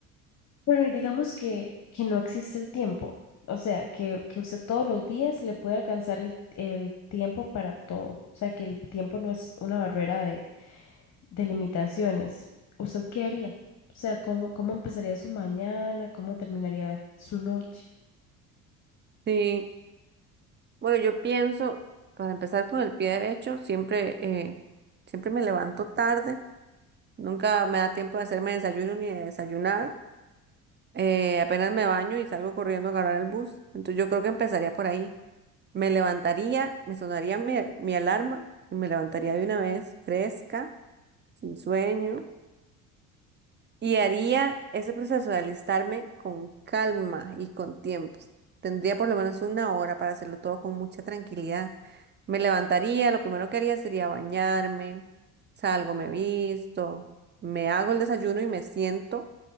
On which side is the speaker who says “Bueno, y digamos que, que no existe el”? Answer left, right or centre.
Left